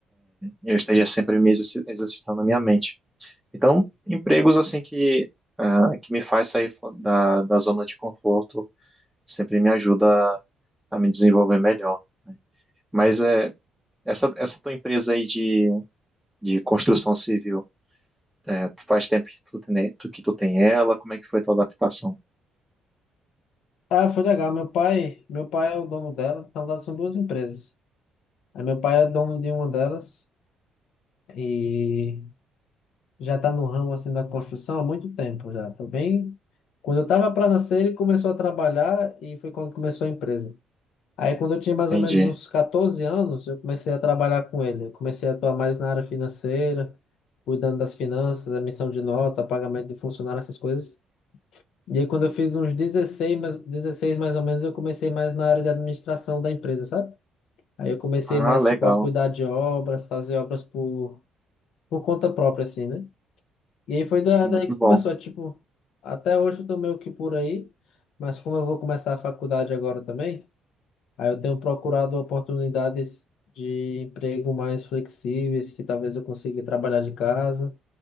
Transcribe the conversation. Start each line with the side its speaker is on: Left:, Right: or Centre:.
Centre: eu esteja sempre me exerci- exercitando a minha mente. Então, empregos assim que ah, que me faz sair fo- da, da zona de conforto sempre me ajuda a, a me desenvolver melhor. Mas é essa essa tua empresa aí de de construção civil É, tu faz tempo que tu, tem, tu- que tu tem ela, como é que foi tua adaptação?
Left: Ah, foi legal. Meu pai, meu pai é o dono dela. Na verdade, são duas empresas. Aí meu pai é dono de uma delas e já está no ramo assim da construção há muito tempo já. Foi bem quando eu estava para nascer, ele começou a trabalhar e foi quando começou a empresa. Aí quando eu tinha mais
Centre: Entendi.
Left: ou menos uns 14 anos, eu comecei a trabalhar com ele. Eu comecei a atuar mais na área financeira, cuidando das finanças, emissão de nota, pagamento de funcionário, essas coisas. E aí, quando eu fiz uns dezesseis mais- 16 mais ou menos, eu comecei mais na área de administração da empresa, sabe? Aí eu comecei
Centre: Ah,
Left: mais,
Centre: legal,
Left: tipo, a cuidar de obras, fazer obras por, por conta própria, assim, né? E aí foi da,
Centre: muito
Left: daí
Centre: bom.
Left: que começou, tipo, até hoje eu tô meio que por aí, mas como eu vou começar a faculdade agora também, aí eu tenho procurado oportunidades de emprego mais flexíveis, que talvez eu consiga trabalhar de casa